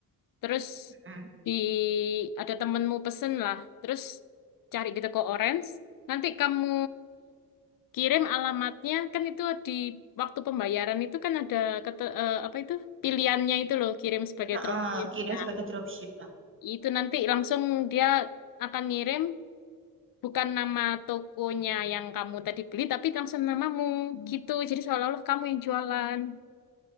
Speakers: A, on the left; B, on the right.
A: terus
B: Heeh.
A: di ada temenmu pesen lah, terus cari di toko orange. Nanti kamu kirim alamatnya kan itu di waktu pembayaran itu kan ada kete- eh, apa itu pilihannya itu loh kirim sebagai
B: Heeh,
A: dropship.
B: kirain
A: Nah,
B: sebagai dropship.
A: itu nanti langsung dia akan ngirim bukan nama tokonya yang kamu tadi beli, tapi langsung namamu gitu. Jadi seolah-olah kamu yang jualan